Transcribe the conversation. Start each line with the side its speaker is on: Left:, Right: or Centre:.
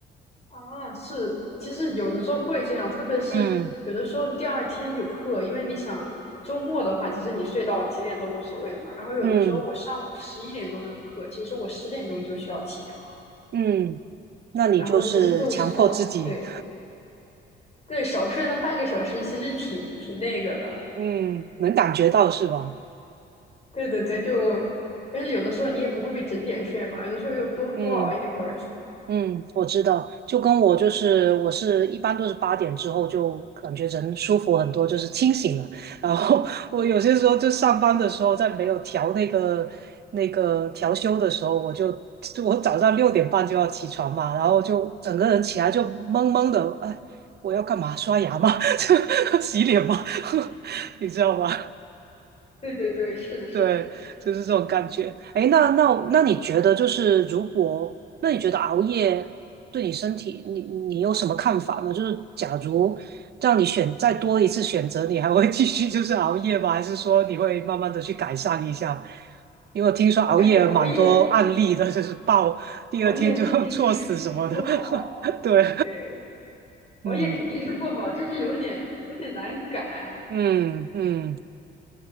Left: 啊，是，其实有的时候会这样，特别是有的时候第二天有课，
Right: 嗯
Left: 因为你想周末的话，其实你睡到几点都无所谓嘛。然后有的时候我上午十一点钟有课，
Right: 嗯
Left: 其实我十点钟就需要起床，
Right: 嗯，那你就是强迫自己，
Left: 然后其实就少，对对，少睡那半个小时，其实挺挺那个的。
Right: <laughs> 嗯，能感觉到是吧？
Left: 对对对，就而且有的时候你也不会整点睡嘛，有的时候又多多熬一会儿。
Right: 嗯。
Left: <laughs>
Right: 嗯，我知道，就跟我就是我是一般都是八点之后就感觉人舒服很多，就是清醒了。然后 <laughs> 我有些时候就上班的时候，在没有调那个那个调休的时候，我就就我早上六点半就要起床嘛，然后就整个人起来就懵懵的，哎，我要干嘛？刷牙吗？<laughs> 洗脸吗？<laughs> 你知道吗？
Left: 对对对，是的，是的，
Right: 对，就是这种感觉。
Left: 哎
Right: 哎，那那那你觉得就是如果，那你觉得熬夜对你身体，你你有什么看法呢？就是假如让你选再多一次选择，你还会继续就是熬夜吗？还是说你会慢慢的去改善一下？因为我听说熬夜蛮多案例的，
Left: 我感觉熬夜
Right: 就是爆第二天就
Left: 熬夜肯定是不好，
Right: <laughs> 猝死什么的。<laughs> 对，
Left: 对。熬夜肯定是不好，
Right: 嗯
Left: 就是有点有点难改，
Right: 嗯嗯，